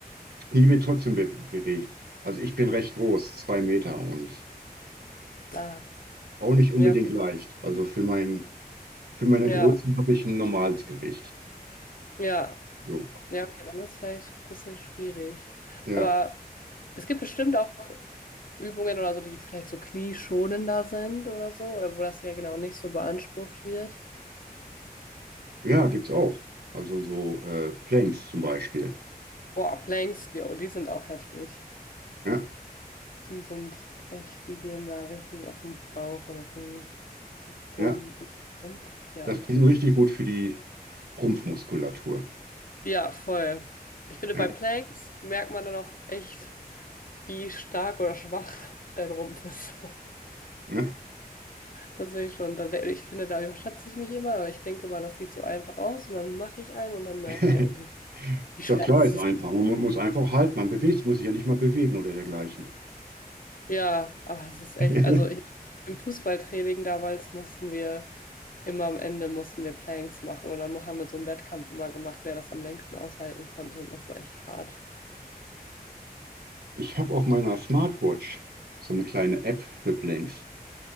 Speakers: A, on the right; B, on the left.
A: Knie wird trotzdem be bewegt. Also ich bin recht groß, zwei Meter und
B: Ah,
A: auch nicht unbedingt
B: ja,
A: leicht. Also für mein, für meine
B: ja,
A: Größe habe ich ein normales Gewicht.
B: ja,
A: So.
B: ja, okay, dann ist vielleicht ein bisschen schwierig.
A: Ja,
B: Aber es gibt bestimmt auch Übungen oder so, die vielleicht so knieschonender sind oder so, oder wo das ja genau nicht so beansprucht wird.
A: ja, gibt's auch. Also so äh, Planks zum Beispiel.
B: Boah, Planks, yo, die sind auch heftig.
A: Ja,
B: Die sind echt, die gehen da richtig auf den Bauch oder auf den Rum,
A: ja.
B: Rumpf. Ja.
A: Das, die sind richtig gut für die Rumpfmuskulatur.
B: Ja, voll. Ich finde,
A: Ja,
B: bei Planks merkt man dann auch echt, wie stark oder schwach dein Rumpf ist. <laughs>
A: ja.
B: Das finde ich schon. Da, ich finde, da überschätze ich mich immer, aber ich denke mal, das sieht so einfach aus und dann mache ich einen und dann merke
A: <laughs>
B: ich eigentlich, wie schwer
A: Ja, klar
B: das
A: ist
B: ist.
A: einfach. Man muss einfach halten. Man bewegt, muss sich ja nicht mal bewegen oder dergleichen.
B: Ja, ach, das ist echt,
A: <laughs>
B: also ich, im Fußballtraining damals mussten wir immer am Ende mussten wir Planks machen und dann haben wir so einen Wettkampf immer gemacht, wer das am längsten aushalten konnte und das war echt hart.
A: Ich habe auf meiner Smartwatch so eine kleine App für Blanks.